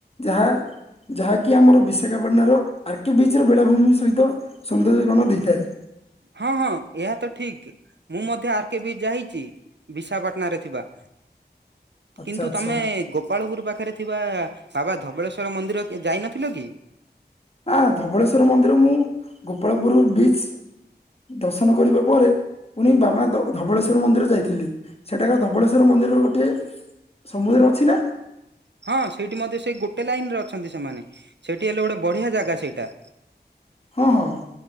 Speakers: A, on the left; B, on the right.
A: ଯାହା ଯାହାକି ଆମର ବିଶାଖାପାଟଣ ର ଆର୍କେବିଚ ର ବେଳାଭୂମି ସହିତ ସୌନ୍ଦର୍ଯ୍ୟକରଣ ଦେଇଥାଏ।
B: ହଁ ହଁ ଏହା ତ ଠିକ ମୁଁ ମଧ୍ୟ ଆର୍ କେ ବି ଯାଇଚି ବିଶାଖାପାଟଣା ରେ ଥିବା।
A: <inaudible>
B: କିନ୍ତୁ
A: ଆଚ୍ଛା।
B: ତମେ ଗୋପାଳ ପୁରୁ ପାଖରେ ଥିବା ବାବା ଧବଳେଶ୍ଵର ମନ୍ଦିର କି ଯାଇନଥିଲ କି?
A: ଆଁ ଧବଳେଶ୍ୱର ମନ୍ଦିର ମୁଁ ଗୋପାଳପୁରୁ ବିଚ୍ ଦର୍ଶନ କରିବା ପରେ ପୁଣି ବାବା ଧବ ଧବଳେଶ୍ବର ମନ୍ଦିର ଯାଇଥିଲି। ସେଟାକାର ଧବଳେଶ୍ୱର ମନ୍ଦିରର ଗୋଟିଏ ସମୁଦ୍ରରେ ଅଛି ନା?
B: ହଁ ସେଇଠି ମଧ୍ୟ ସେ ଗୋଟେ ଲାଇନ ରେ ଅଛନ୍ତି ସେମାନେ ସେଇଠି ହେଲେ ଗୋଟେ ବଢିଆ ଜାଗା ସେଇଟା।
A: ହଁ ହଁ